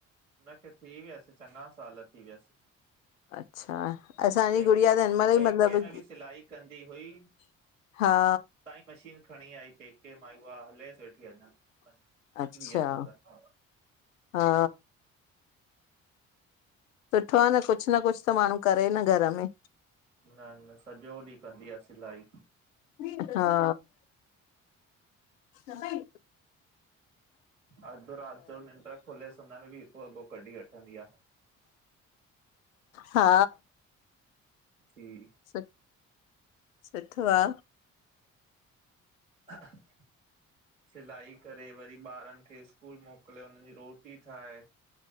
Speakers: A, on the right (about 90°); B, on the left (about 75°).
A: हुनखे थी वियसि, चङा साल थी वियसि।
B: अच्छा असांजी
A: पेके,
B: गुड़िया त हिन महिल
A: पेके
B: ई मतिलबु
A: में बि सिलाई कंदी हुई।
B: हा,
A: नई मशीन खणी आई पेके मा, उहा हलेस वठी अञा।
B: अच्छा,
A: वीह सालनि खां
B: हा। सुठो आ न कुझु न कुझु, त माण्हू करे न घर में।
A: न न सॼो ॾींह कंदी आ सिलाई।
B: अच्छा, खपेई।
A: अधु राति जो निंड खुलेसि हुन में बि हिकु वॻो कढी वठंदी आ।
B: हा।
A: जी।
B: सु सुठो आ।
A: <inaudible> सिलाई करे वरी ॿारन खे स्कूल मोकिले उन्हनजी रोटी ठाहे।